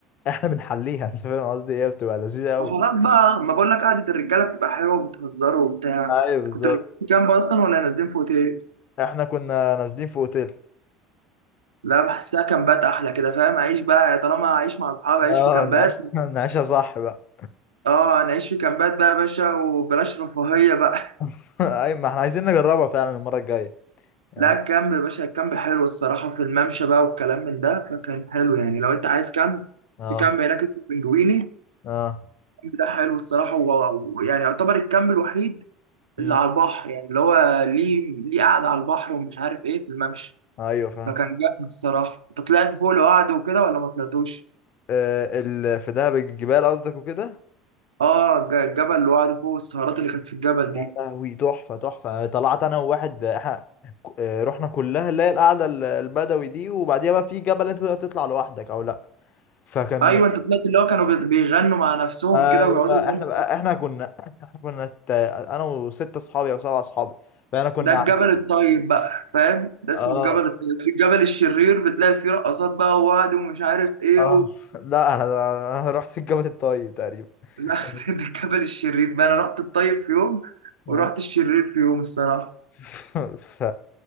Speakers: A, on the left; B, on the right.
A: احنا بنحليها <laughs> انت فاهم قصدي ايه بتبقى لذيذه قوي
B: ما خلاص بقى ما بقول لك قعده الرجاله بتبقى حلوه وبتهزروا وبتاع
A: ايوه بالظبط
B: كنتوا نازلين في كامب اصلا ولا نازلين في اوتيل
A: احنا كنا نازلين في اوتيل
B: لا بحسها كامبات احلى كده فاهم اعيش بقى طالما هعيش مع اصحابي
A: اه
B: اعيش في كامبات
A: نعيش <laughs> نعيشها صح بقى
B: اه انا اعيش في كامبات بقى يا باشا وبلاش رفاهيه بقى
A: <laughs> ايوه ما احنا عايزين نجربها فعلا المره الجايه
B: <laughs>
A: اه
B: لا الكامب يا باشا الكامب حلو الصراحه في الممشى بقى والكلام من ده فكان حلو يعني لو انت عايز كامب
A: اه
B: في كامب هناك اسمه بنجويني
A: اه
B: ده حلو الصراحة و- ويعني يعتبر الكامب الوحيد اللي
A: مم.
B: على البحر يعني اللي هو ليه ليه قعدة على البحر ومش عارف ايه في الممشى
A: ايوه فاهم
B: فكان جامد الصراحة انت طلعت فوق لوحده وكده ولا ما طلعتوش؟
A: آه ال... في دهب الجبال قصدك وكده
B: اه الج- الجبل لوحده فوق السهرات اللي كانت في الجبل دي
A: يا لهوي تحفه تحفه طلعت انا وواحد احنا ك- آه، رحنا كلها اللي هي القعده ال- البدوي دي وبعديها بقى في جبل انت تقدر تطلع لوحدك او لا فكان
B: ايوه انت طلعت اللي هو كانوا بي- بيغنوا مع نفسهم
A: ايوه
B: كده ويقعدوا يغنوا
A: احنا بقى احنا كنا <laughs> احنا كنا تا- انا وستة اصحابي او سبعة اصحابي فاحنا كنا
B: ده الجبل الطيب بقى فاهم ده اسمه
A: اه
B: الجبل الطيب في الجبل الشرير بتلاقي فيه رقصات بقى ووعد ومش عارف ايه
A: اه لا انا أنا رحت الجبل الطيب تقريبا
B: لا
A: كان-
B: <laughs> ده الكبل الشرير بقى انا رحت الطيب في يوم ورحت
A: اه
B: الشرير في يوم الصراحه
A: <laughs> ف